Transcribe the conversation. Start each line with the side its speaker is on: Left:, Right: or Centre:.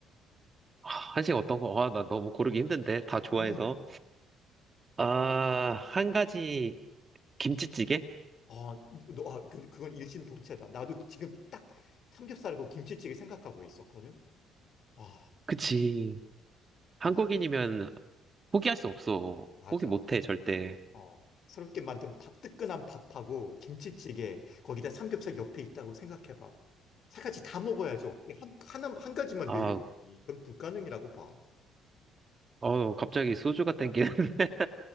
Right: 하, 한식 어떤 거? 아, 나 너무 고르기 힘든데. 다 좋아해서.
Left: 그러니까.
Right: 아, 한 가지, 김치찌개?
Left: 어, 너, 아, 그, 그건 일심동체다. 나도 지금 딱 삼겹살하고 김치찌개 생각하고 있었거든. 와
Right: 그치. 한국인이면
Left: 와,
Right: 포기할 수 없어.
Left: 맞아.
Right: 포기 못해, 절대.
Left: 어, 새롭게 만든 밥, 뜨끈한 밥하고 김치찌개, 거기다 삼겹살 옆에 있다고 생각해봐. 세 가지 다 먹어야죠. 어떻게 한, 하나, 한 가지만
Right: 아,
Left: 매일 먹니. 그건 불가능이라고 봐.
Right: 어, 갑자기 소주가 땡기는. <laughs>